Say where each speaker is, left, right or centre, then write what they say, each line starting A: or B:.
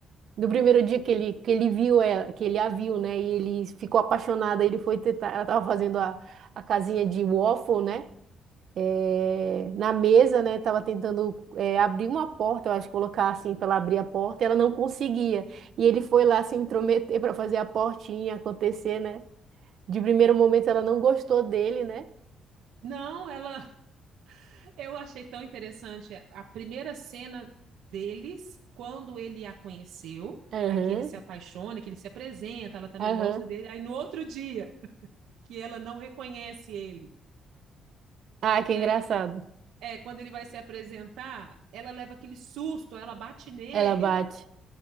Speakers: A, on the right; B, on the right.
A: do primeiro dia que ele, que ele viu, ela, que ele a viu, né? E ele ficou apaixonado, aí ele foi tentar, ela tava fazendo a, a casinha de waffle, né? É, na mesa, né? Tava tentando é, abrir uma porta, eu acho, colocar assim para ela abrir a porta, e ela não conseguia. E ele foi lá se intrometer para fazer a portinha acontecer, né? De primeiro momento ela não gostou dele, né?
B: Não, ela Eu achei tão interessante a primeira cena deles, quando ele a conheceu,
A: Aham,
B: aqui ele se apaixona, que ele se apresenta, ela também
A: aham.
B: gosta dele. Aí no outro dia, que ela não reconhece ele,
A: Ah, que
B: que
A: engraçado.
B: aí é quando ele vai se apresentar, ela leva aquele susto, ela bate nele,
A: Ela bate.